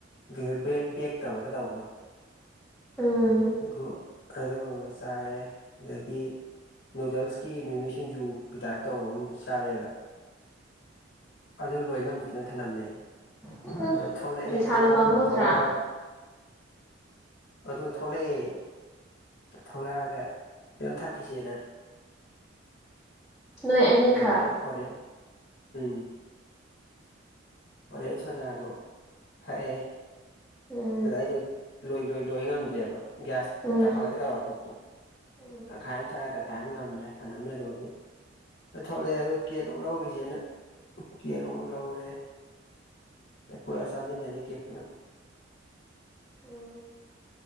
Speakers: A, on the left (about 50°); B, in the centre.
A: <unintelligible> <inaudible> ꯕꯦꯛ ꯕꯦꯛ ꯇꯧꯔꯒ ꯇꯧꯕꯗꯣ
B: ꯎꯝ
A: ꯑꯗꯨ ꯑꯗꯨ ꯑꯃ ꯆꯥꯔꯦ ꯗꯥꯒꯤ ꯅꯨꯗꯜꯁꯀꯤ ꯃꯤꯃꯤ ꯁꯤꯡꯖꯨꯒꯤ ꯇꯥꯏꯞ ꯇꯧꯕ ꯑꯃ ꯗꯨ ꯆꯥꯔꯛꯑꯦꯕꯥ ꯑꯗꯨ ꯂꯣꯏ ꯉꯝꯗꯗꯅ ꯊꯅꯝꯃꯦ ꯑꯩ
B: ꯎꯝ
A: ꯑꯗꯨ ꯊꯣꯛꯂꯛꯑꯦ
B: ꯄꯩꯁꯥꯗꯣ
A: ꯊꯣꯛꯂꯛ
B: ꯄꯥꯝꯃꯨꯗ꯭ꯔꯥ
A: ꯊꯣꯛꯂꯛꯑꯒ ꯑꯗꯨ ꯊꯣꯛꯂꯛꯑꯦ ꯊꯣꯛꯂꯛꯑꯒ ꯀꯩꯅꯣꯝ ꯊꯛꯈꯤꯁꯦꯅ
B: <inaudible> ꯑꯅꯤꯈꯛ
A: ꯀꯩꯅꯣꯗꯨ ꯑꯣꯔꯦꯟ ꯎꯝ ꯑꯣꯔꯦꯟꯖ ꯁꯣꯗꯥꯗꯣ ꯊꯛꯑꯦ
B: ꯎꯝ
A: ꯑꯗꯨꯗ ꯑꯩꯗꯣ ꯂꯣꯏ ꯂꯣꯏ ꯂꯣꯏ ꯉꯝꯗ꯭ꯔꯦꯕ ꯒ꯭ꯌꯥꯁ
B: ꯎꯝ
A: ꯀꯥꯈꯠꯂꯛꯀꯦ ꯇꯧꯕ ꯄꯨꯛꯇꯨ
B: ꯎꯝ
A: ꯇꯪꯈꯥꯏ ꯑꯃ ꯊꯛꯂꯦ ꯇꯪꯈꯥꯏ ꯑꯃ ꯉꯝꯗ꯭ꯔꯦ ꯊꯅꯝꯃꯦ ꯑꯗꯨꯝ ꯑꯗꯨ ꯑꯗꯨ ꯊꯣꯛꯂꯛꯑꯦ ꯑꯗꯨ ꯀꯦꯟ ꯑꯃꯨꯛ ꯂꯧꯈꯤꯁꯦꯅ ꯀꯦꯟ ꯑꯃꯨꯛ ꯂꯧꯔꯦ ꯄꯨꯔꯑ ꯆꯥꯃꯤꯟꯅꯔꯦ ꯀꯦꯛ ꯗꯨꯅ
B: ꯎꯝ